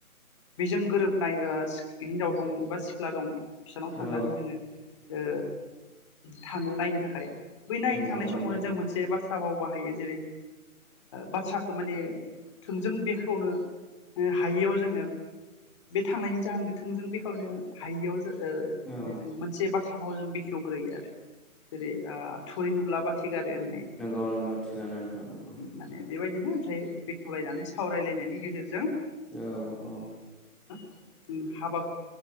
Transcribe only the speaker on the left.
बेजों गोरोबनाय हिनजाव दं एबा सिख्ला दं बिसानाव थांनानै
जोङो ओ थां नायनोथाखाय थाखाय <inaudible>
थांनाय समावनो
जों मोनसे बाथ्रा भाव बाहायो जेरै बाथ्रा माने थोंजों बे बेखावनो हायैयाव जोङो बे थांनायनि जाहोन गोथोंजों बेखेवनो हायैयाव माने
जों मोनसे बाथ्रा सामाव जों बेखेवग्रोयो आरो जेरै औ थुरि नुबा बाथि गारो होननाय
माने बेबायदिनो ओमफ्राय बेखेवलायनानै सावरायलायनायनि गेजेरजों
हाबा